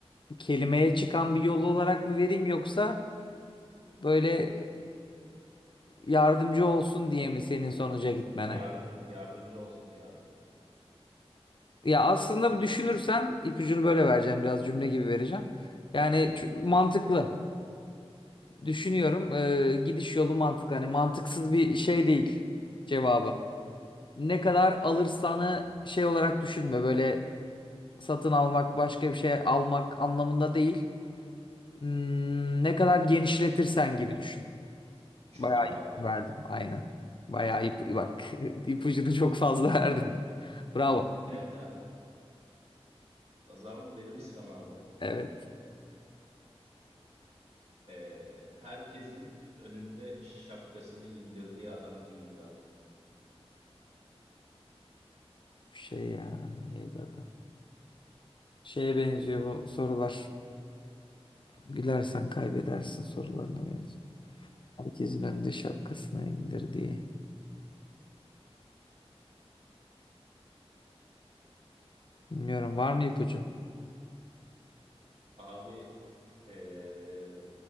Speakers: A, on the left; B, on the right.
A: Kelimeye çıkan bir yol olarak mı vereyim yoksa böyle yardımcı olsun diye mi senin sonuca gitmene?
B: Yar- yardımcı olsun diye abi.
A: Ya aslında düşünürsen ipucunu böyle vereceğim biraz cümle gibi vereceğim. Yani çü- mantıklı. Düşünüyorum. Ee, gidiş yolu mantıklı. Hani mantıksız bir şey değil cevabı. Ne kadar alırsanı şey olarak düşünme. Böyle satın almak başka bir şey almak anlamında değil. Hmm, ne kadar genişletirsen gibi düşün.
B: Çukur
A: Bayağı
B: mu
A: ipucu
B: abi?
A: verdim. Aynen. Bayağı ip, bak <laughs> ipucunu çok fazla verdim. Bravo.
B: Evet abi. O zaman benim sıram abi.
A: Evet.
B: Ee, herkesin önünde şapkasını indirdiği adam kimdir abi?
A: Bu Şey ya neydi adı? Şeye benziyor bu sorular. Gülersen kaybedersin sorularına benziyor. Herkesin önünde şapkasını indir diye. Bilmiyorum var mı ipucu?
B: Abi ee,